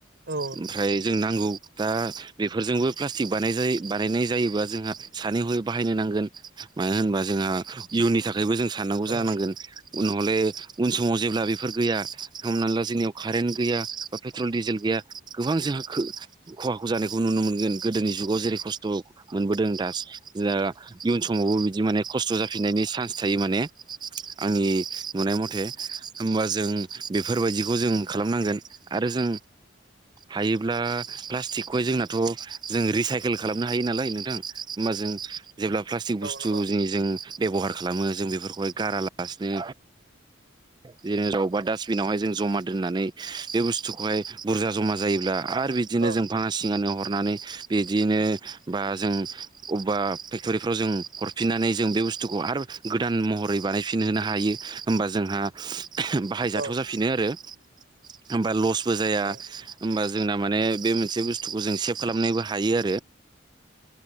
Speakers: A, on the right; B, on the right.
A: औ
B: ओमफ्राय जों नांगौ दा बेफोरजोंबो प्लास्टिक बाजै बानायनाय जायोबा जोंहा सानै हय बाहायनो नांगोन मानो होनबा जोंहा इयुननि थाखायबो जों साननांगौ
A: औ
B: जानांगोन
A: उम औ
B: उनहले उन समाव जेब्ला बेफोर गैया हमना ला जोंनियाव कारेन्ट गैया बा पेट्रल डिजेल गैया गोबां जोंहा खो खहाखौ जानायखौ नुनो मोनगोन गोदोनि जुगाव जेरै खस्थ' मोनबोदों दासज इयुन समावबो बिदि माने खस्थ' जाफिननायनि चान्स थायो माने आंनि नुनाय मथे होमबा जों बेफोरबायदिखौ जों खालामनांगोन आरो जों हायोब्ला प्लास्टिकखौहाय जोंनाथ' जों रिसाइकेल खालामनो हायो नालाय नोंथां होमबा जों जेब्ला प्लास्टिक बुस्थु
A: नंगौ
B: ज जों बेब'हार खालामो जों बेफोरखौहाय गारालासिनो <inaudible> बिदिनो अबा डास्टबिनावहाय जों जमा दोन्नानै बे बुस्थुखौहाय बुरजा जमा जायोब्ला आरो बिदि बिदिनो
A: औ
B: जों फाङा सिंआनिनो हरनानै बिदिनो बा जों अबेबा फेक्ट'रिफ्राव जों हरफिननानै जों बे बुस्थुखौ आरो गोदान महरै बानायफिनहोनो हायो। होमबा जोंहा बाहायजाथाव
A: उम
B: जाफिनो आरो होमबा लसबो जाया
A: उम
B: होमबा जोंना माने बे मोनसे बुस्थुखौ जों सेभ खालामनायबो हायो आरो।